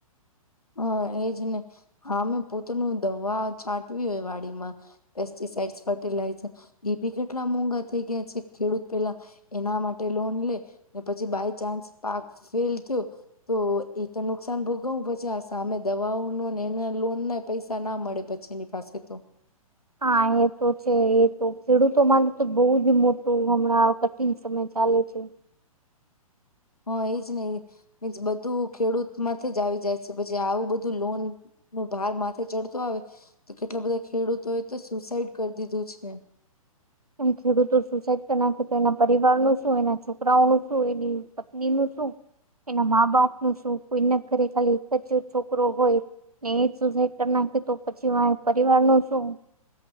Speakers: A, on the left; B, on the right.
A: હા એજ ને હા મેં પોતાનું દવા છાંટવી હોય વાડીમાં પેસ્ટિસાઈડ
B: હા
A: ફર્ટિલાઈઝર એ ભી કેટલા મોંઘા થઈ ગયા છે. ખેડૂત પેલા એના માટે લોન લે ને પછી બાય ચાન્સ પાક ફેલ થયો તો એ તો નુકસાન ભોગું પચાસ સામે દવાઓ ન ને એના લોન ના પૈસા ના મળે પછી એની પાસે તો.
B: હા એ તો છે, એ તો ખેડૂતો માટે તો બહુ જ મોટું હમણાં ટીન સમય ચાલલે છે.
A: હા એજ નહીસ બધું ખેડૂત માંથી જ આવી જાય છે, પછી આવું બધું લોન નું ભાર માથે ચડતો આવે તો કેટલા બધા ખેડૂતો એ તો સુસાઈડ કરી દીધું છે.
B: એ ખેડૂતો સુસાઈડ તો નાખે તો એના પરિવાર નું? શું? એના છોકરાઓનું શું એની પત્ની નું શું? એના મા બાપ નું શું કોઈ ના ઘરે ખાલી એક જ છોકરો હોય એ એ જ સુસાઈડ કરી નાખી તો પછી મા પરિવાર નો શું?